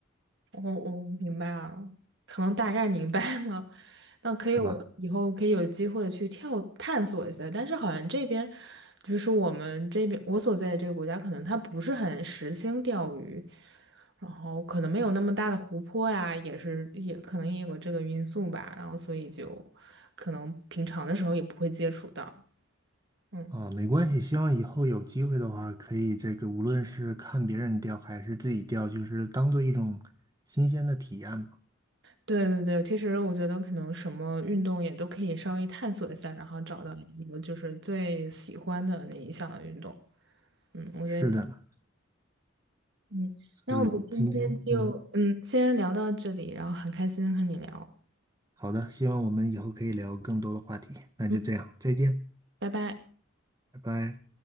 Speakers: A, on the right (about 65°); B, on the right (about 20°).
A: 我我明白了，可能大概明白了。那可以，
B: 是吧？
A: 我以后可以有机会去跳探索一下。但是好像这边，就是我们这边我所在的这个国家，可能它不是很实行钓鱼，然后可能没有那么大的湖泊呀，也是也可能也有这个因素吧。然后所以就可能平常的时候也不会接触到。嗯。
B: 啊，没关系，希望以后有机会的话，可以这个无论是看别人钓还是自己钓，就是当做一种新鲜的体验吧。
A: 对对对，其实我觉得可能什么运动也都可以稍微探索一下，然后找到一个就是最喜欢的那一项运动。嗯，我觉得，
B: 是的呢，
A: 嗯，
B: 所以今天，
A: 那我们今天就嗯先聊到这里，
B: 嗯，
A: 然后很开心和你聊，
B: 好的，希望我们以后可以聊更多的话题。那就这样，
A: 嗯，
B: 再见，
A: 拜拜。
B: 拜拜。